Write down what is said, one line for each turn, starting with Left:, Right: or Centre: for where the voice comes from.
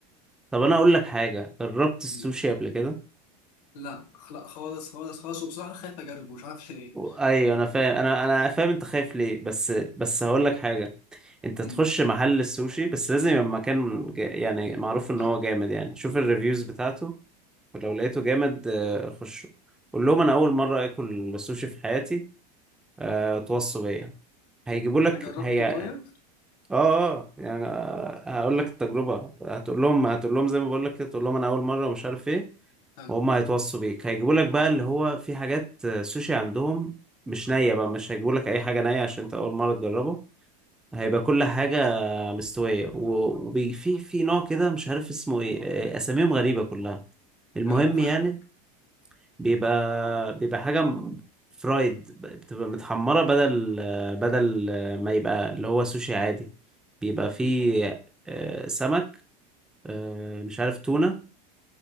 Centre: طب انا اقول لك حاجه جربت السوشي
Left: مم.
Centre: قبل كده
Left: لا لا خالص خالص خالص وبصراحه خايف اجربه مش عارف ليه
Centre: و- ايوه انا فاهم انا انا فاهم انت خايف ليه بس بس هقول لك حاجه انت
Left: مم.
Centre: تخش محل السوشي بس لازم يبقى مكان جا- يعني معروف
Left: محترم
Centre: ان هو جامد يعني شوف الريفيوز بتاعته ولو لقيته جامد آه، خشه قول لهم انا اول مره اكل السوشي في حياتي آه، توصوا بيا هيجيبوا لك
Left: أنت جربته
Centre: هي
Left: طيب؟
Centre: اه اه يعني آه، هقول لك التجربه هتقول لهم هتقول لهم زي ما بقول لك كده تقول لهم انا اول مره ومش عارف ايه
Left: حلو
Centre: وهم هيتوصوا بيك هيجيبوا لك بقى اللي هو في حاجات آه، سوشي عندهم مش نية بقى مش هيجيبوا لك اي حاجة نية عشان انت اول مرة تجربه هيبقى كل حاجة مستوية وفي في في نوع كده مش عارف اسمه ايه آه، اساميهم غريبة كلها المهم
Left: ايوه فاهم
Centre: يعني بيبقى بيبقى حاجة م- فرايد ب- بتبقى متحمرة بدل آه، بدل آه، ما يبقى اللي هو سوشي عادي بيبقى فيه
Left: مم.
Centre: آه، سمك آه، مش عارف تونة